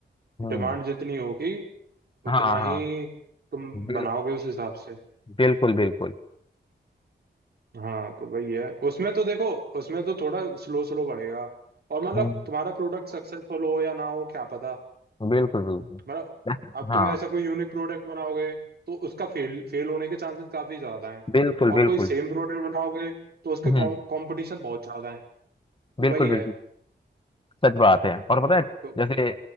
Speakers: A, on the left; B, on the right.
A: हम्म
B: डिमांड जितनी होगी उतना
A: हाँ हाँ
B: ही तुम
A: बिल्कुल
B: बनाओगे उस हिसाब से
A: बिल्कुल बिल्कुल
B: हाँ तो वही है उसमें तो देखो उसमें तो थोड़ा स्लो स्लो बढ़ेगा और मतलब
A: हम्म
B: तुम्हारा प्रोडक्ट सक्सेसफुल हो या ना हो क्या पता
A: बिल्कुल बिल्कुल
B: मतलब अब
A: हाँ
B: तुम ऐसा कोई यूनिक प्रोडक्ट बनाओगे तो उसका फेल फेल होने के चांसेस काफी ज्यादा हैं
A: बिल्कुल
B: और
A: बिल्कुल
B: कोई सेम प्रोडक्ट बनाओगे तो उसके
A: हम्म
B: कंपटीशन बहुत ज्यादा है तो
A: बिल्कुल
B: वही है
A: बिल्कुल सच बात है और पता है
B: तो
A: जैसे